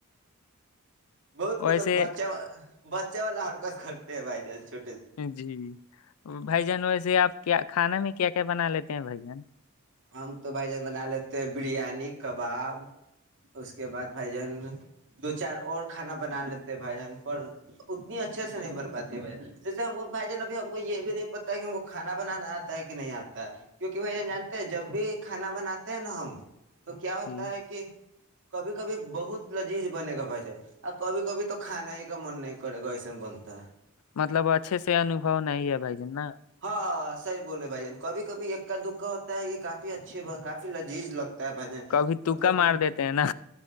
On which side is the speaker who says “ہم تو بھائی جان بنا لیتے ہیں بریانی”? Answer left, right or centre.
Right